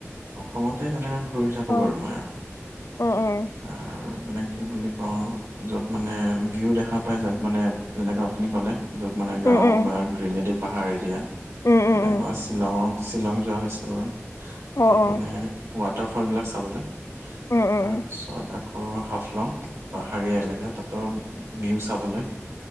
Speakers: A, on the right (about 75°); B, on the left (about 70°).
A: অসমতে তেনেকে ঘূৰি থাকো
B: অ
A: বাৰু মই আৰু
B: অ অ
A: এ কি বুলি কওঁ, য'ত মানে ভিউ দেখা পায় যত মানে যেনেকৈ আপুনি ক'লে। য'ত মানে গাঁও
B: উম উম
A: বা গ্ৰীনেৰী পাহাৰ এৰিয়া
B: উম উম
A: তেনেকুৱা
B: উম
A: শ্বিলঙৰ শ্বিলং যোৱা হৈছে বাৰু, তাত
B: অ অ
A: মানে ৱাটাৰফল বিলাক চাবলে।
B: উম উম
A: তাৰপিছত আকৌ হাফলং পাহাৰীয়া এলেকা তাতো ভিউ চাবলৈ।